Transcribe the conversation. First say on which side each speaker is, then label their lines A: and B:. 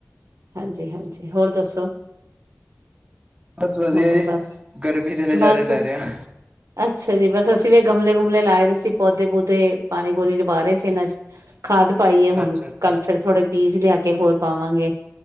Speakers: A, on the right; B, on the right.
A: ਹਾਂਜੀ-ਹਾਂਜੀ ਹੋਰ ਦੱਸੋ
B: ਬਸ ਵਧੀਆ
A: ਹੋਰ
B: ਜੀ
A: ਬਸ
B: ਗਰਮੀ ਦੇ ਨਜ਼ਾਰੇ
A: ਬਸ
B: ਲੈ ਰਿਹਾ
A: ਅੱਛਾ ਜੀ ਬਸ ਅਸੀਂ ਵੀ ਗਮਲੇ ਗੁਮਲੇ ਲਾਏ ਦੇ ਅਸੀਂ ਪੌਦੇ ਪੁਦੇ ਪਾਣੀ ਪੂਣੀ ਨਿਭਾ ਰੇ ਸੀ ਇਹਨਾਂ ਚ ਖਾਦ ਪਾਈਏ ਹੁਣ
B: ਅੱਛਾ ਅੱਛਾ
A: ਕੱਲ ਫੇਰ ਥੋੜੇ ਪੀਜ਼ ਲਿਆ ਕੇ ਹੋਰ ਪਾ ਪਾਗੇ